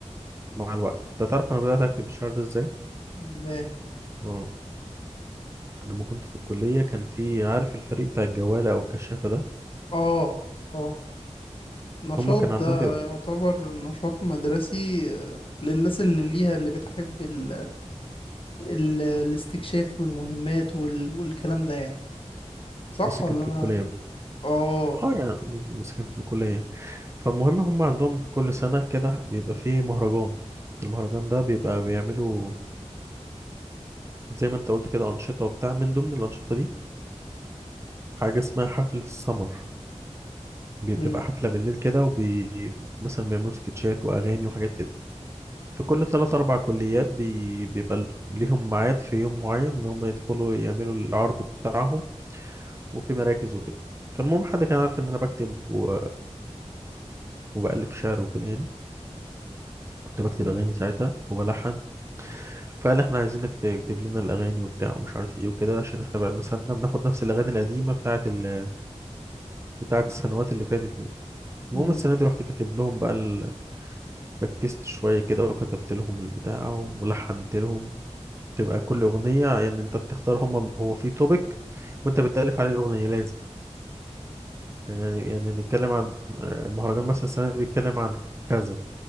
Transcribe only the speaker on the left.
ازاي
اه اه نشاط
ده
يعتبر نشاط مدرسي آه، للناس اللي ليها اللي بتحب ال... ال... الاستكشاف والمهمات وال... والكلام ده يعني صح
ولا
انا
اه
مم،
مم،
مم.